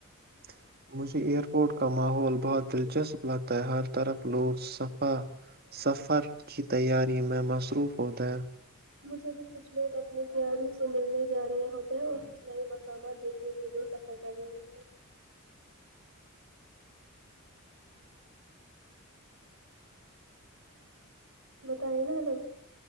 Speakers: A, on the right; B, on the right.
A: <inaudible> مجھے ایئر پورٹ کا ماحول بہت دلچسپ لگتا ہے ہر طرف لوگ صفہ سفر کی تیاری میں مصروف ہوتا ہے
B: مجھے بھی کچھ لوگ اپنے پیاروں سے ملنے جا رہے ہوتے ہیں اور نئے مقامات دیکھنے کے لیے سفر کر رہے ہوتے بتائے نا ہلو